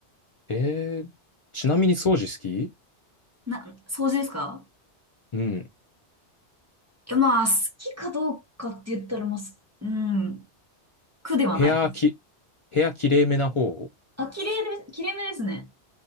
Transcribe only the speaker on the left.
えー、ちなみに掃除好き
うん。
部屋き、部屋きれいめな方